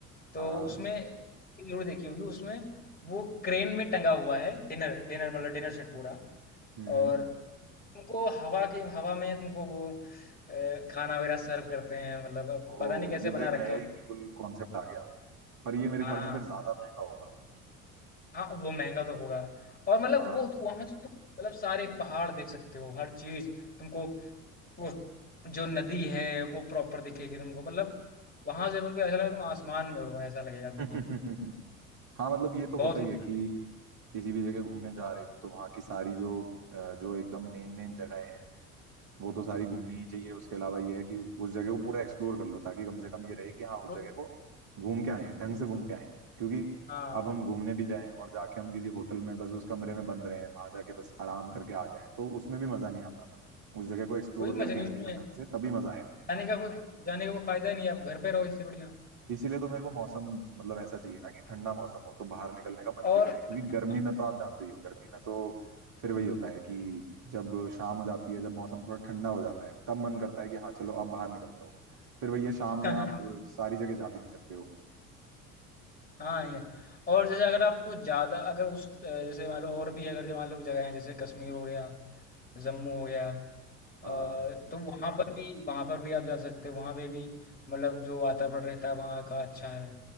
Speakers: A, on the left; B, on the right.
A: तो
B: हाँ
A: उसमें जरूर देखी होगी उसमें वो क्रेन में टंगा हुआ है डिनर डिनर मतलब डिनर सेट पूरा
B: हम्म
A: और
B: हम्म।
A: उनको हवा के हवा में तुमको वो अ, खाना वगैरह सर्व करते हैं मतलब अब
B: ओ
A: पता नहीं कैसे
B: ये
A: बना
B: तो एक
A: रखा
B: नया ही बिल्कुल कॉन्सेप्ट आ गया पर ये मेरे
A: हाँ
B: ख्याल से फिर ज्यादा महंगा होगा
A: हाँ वो महंगा तो होगा और मतलब
B: हाँ
A: वो तो वहां तो तुम मतलब सारे पहाड़ देख सकते हो हर चीज तुमको वो जो नदी है वो प्रॉपर दिखेगी तुमको मतलब वहां से बिल्कुल ऐसा लगेगा तुम आसमान में हो ऐसा लगेगा तुमको
B: <laughs> हाँ मतलब ये तो
A: बहुत
B: होता
A: ऊंचा
B: ही है कि किसी भी जगह घूमने
A: हम्म।
B: जा रहे हो तो वहाँ की सारी जो अ, जो एकदम मेन मेन जगहें हैं वो तो सारी घूमनी ही चाहिए उसके अलावा ये है कि उस जगह को पूरा एक्सप्लोर कर लो ताकि कम से कम ये रहे कि हाँ उस
A: तो-
B: जगह को घूम के आए हैं ढंग से घूम के आए हैं क्योंकि
A: हाँ
B: अब हम घूमने भी जाएं और जाके हम किसी होटल में बस उस कमरे में बंद रहे हैं वहां जाके बस आराम करके आ जाएं तो उसमें भी मजा नहीं आता उस जगह को एक्सप्लोर
A: कोई
B: करके
A: मजा नहीं
B: आएंगे
A: उसमें
B: जब ढंग से तभी मजा आएगा
A: जाने का कोई जाने का कोई फायदा नहीं है आप घर पे रहो इससे बढ़िया
B: इसीलिए तो मेरे को मौसम मतलब ऐसा चाहिए ना कि ठंडा मौसम हो तो बाहर निकलने का मन
A: और
B: भी करे क्योंकि
A: हाँ
B: गर्मी में तो आप जानते ही हो गर्मी में तो फिर वही होता है कि जब शाम हो जाती है जब मौसम थोड़ा ठंडा हो जाता है तब मन करता है कि हाँ चलो अब बाहर निकल जाओ फिर वही है शाम
A: <laughs>
B: में
A: हाँ
B: आप सारी जगह जा भी नहीं सकते हो
A: हाँ, ये और जैसे अगर आपको ज्यादा अगर उस अ, जैसे मान लो और भी अगर जो मान लो जगह है जैसे कश्मीर हो गया जम्मू हो गया अ,
B: हाँ
A: तो वहां हाँ पर भी वहां पर भी आप जा सकते हो वहां पे भी मतलब जो वातावरण रहता है वहां का अच्छा है